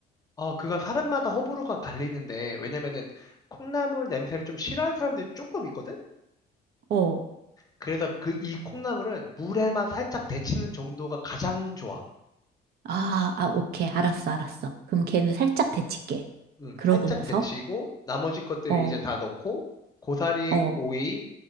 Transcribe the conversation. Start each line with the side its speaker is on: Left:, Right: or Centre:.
Left: 아, 그건 사람마다 호불호가 갈리는데, 왜냐면은 콩나물 냄새를 좀 싫어하는 사람들이 조금 있거든?
Right: 어.
Left: 그래서 그 이 콩나물은 물에만 살짝 데치는 정도가 가장 좋아.
Right: 아, 아, 오케이. 알았어, 알았어. 그럼 걔는 살짝 데칠게.
Left: 응,
Right: 그러고
Left: 살짝
Right: 나서,
Left: 데치고, 나머지 것들이
Right: 어,
Left: 이제 다 넣고, 고사리,
Right: 어,
Left: 오이,